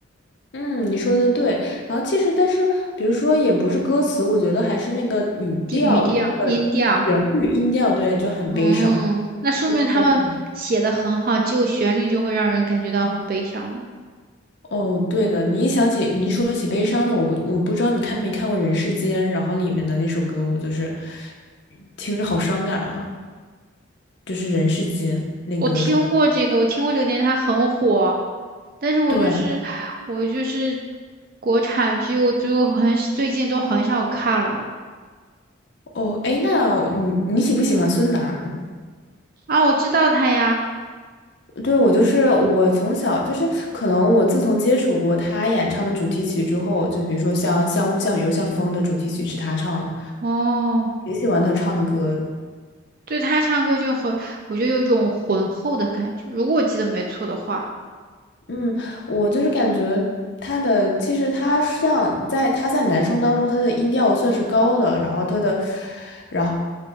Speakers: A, on the left; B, on the right.
A: 嗯，你说的对。然后其实，但是比如说，也不是歌词，我觉得还是那个语调，
B: 地语调、
A: 就那个旋律音调，
B: 音调。
A: 对，就很悲伤，
B: 嗯，那说明他们写的很好，
A: 就不能。
B: 只有旋律就会让人感觉到很悲伤了。
A: 哦，对的，你一想起你一说起悲伤的，我我不知道你看没看过《人世间》，然后里面的那首歌，我就是听着好伤感啊。就是人世间那个主。
B: 我听过这个，我听过这个电视，它很火，但是我就是我就是
A: 对，
B: 国产剧，我就很最近都很少看了
A: 哦，哎，那你你喜不喜欢孙楠？
B: 啊。我知道他呀，
A: 对，我就是我从小就是可能我自从接触过他演唱的主题曲之后，就比如说像《像雾像雨又像风》的主题曲是他唱的，
B: 哦，
A: 也喜欢他唱的歌，
B: 对他唱歌就很，我就有一种浑厚的感觉，如果我记得没错的话，
A: 嗯，我就是感觉他的，其实他像在他在男生当中，他的音调算是高的，然后他的，然后，